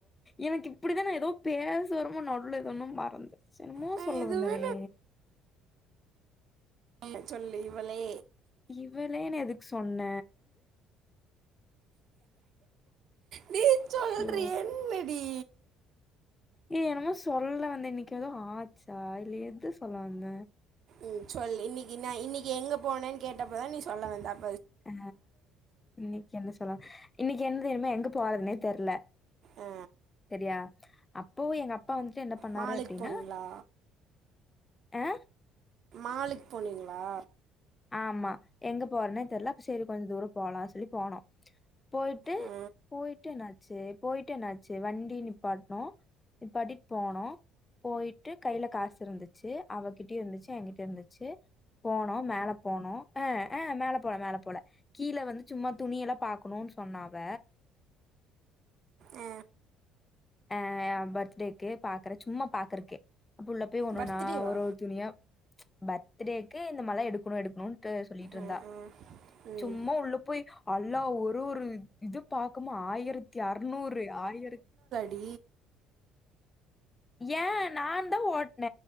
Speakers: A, on the left; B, on the right.
A: எனக்கு இப்டித்தா நா எதோ பேசவரமோ நடுல எதொன்னு மறந்து சே என்னமோ
B: நான்
A: சொல்ல
B: எதுவுமே
A: வந்தனே
B: சொல்லு சொல்லு இவளே
A: இவளேனு எதுக் சொன்ன
B: நீ சொல்றி
A: ஷோ
B: என்னடி
A: ஏ எனமோ சொல்ல வந்த இன்னைக்கு எதோ ஆச்சா இல்ல எது சொல்ல வந்த
B: ம் சொல் இன்னைக்கு நா இன்னைக்கு எங்க போனன்னு கேட்டப்பதா நீ சொல்ல வந்த அப்
A: அ இன்னைக்கு என்ன சொல்ல இன்னைக்கு என்ன தெரிமா எங்க போறதுன்னே தெர்ல
B: ஆ,
A: சரியா அப்போ எங்க அப் அப்பா வந்துட்டு என்ன பண்ணாரு
B: மாலுக்கு
A: அப்டின்னா
B: போனீங்களா
A: ஆ
B: மாலுக்கு போனீங்களா
A: ஆமா எங்க போறனே தெரில அப்ப சரி கொஞ்ச தூர போலா சொல்லி போனோ போயிட்டு
B: ஆ
A: போயிட்டு என்னாச்சு போயிட்டு என்னாச்சு வண்டி நிப்பாட்னோ நிப்பாட்டிட் போனோ போயிட்டு கையில காசு இருந்துச்சு அவகிட்டயு இருந்துச்சு எங்கிட்டயு இருந்துச்சு போனோ மேலப் போனோ ஆ ஆ மேல போல மேல போல கீழ வந்து சும்மா துணியெல்லா பாக்கணுனு சொன்னா அவ
B: அ
A: ஆ பர்த்டேக்கு பாக்குற சும்மா பாக்குறக்கே உள்ள போய் ஒண்ணொன்னா
B: பர்த்டேவா
A: ஒரு ஒரு துணியா ச் பர்த்டேக்கு இந்த மாலா எடுக்கணு எடுக்கணும்ட்டு சொல்லிட்டு இருந்தா
B: ஆ ஆ ம்
A: சும்மா உள்ள போய் அல்லா ஒரு ஒரு இது பாக்கும் மா ஆயிரத்தி அறுநூறு ஆயிரத்தி
B: டி
A: ஏ நா தா ஓட்ன